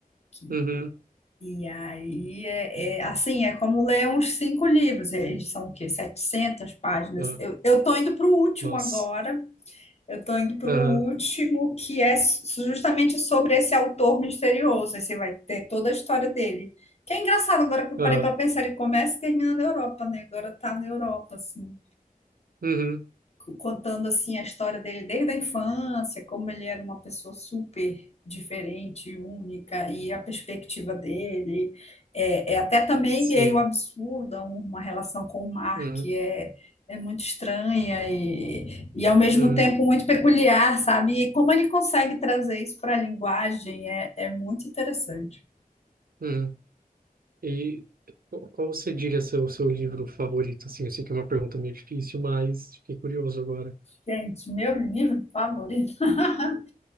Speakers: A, on the left; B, on the right.
A: que-
B: uhum,
A: E aí, é, é, assim, é como ler uns cinco livros, eles são o quê? 700 páginas.
B: ah,
A: Eu, eu tô indo para o último
B: nossa,
A: agora, eu estou indo para
B: aham,
A: o último, que é su- justamente sobre esse autor misterioso. Aí você vai ter toda a história dele. Que é engraçado agora que eu
B: aham,
A: parei para pensar, ele começa e termina na Europa, né? Agora tá na Europa, assim
B: uhum,
A: contando assim a história dele desde a infância, como ele era uma pessoa super diferente, única, e a perspectiva dele é, é até também
B: Sim,
A: meio absurda um, uma relação com o Mark,
B: uhum,
A: que é, é muito estranha e, e ao mesmo
B: uhum,
A: tempo muito peculiar, sabe? E como ele consegue trazer isso para a linguagem é, é muito interessante.
B: uhum. E qual qual você diria ser o seu livro favorito? Assim, eu sei que é uma pergunta meio difícil, mas fiquei curioso agora.
A: Gente, meu livro favorito. <laughs>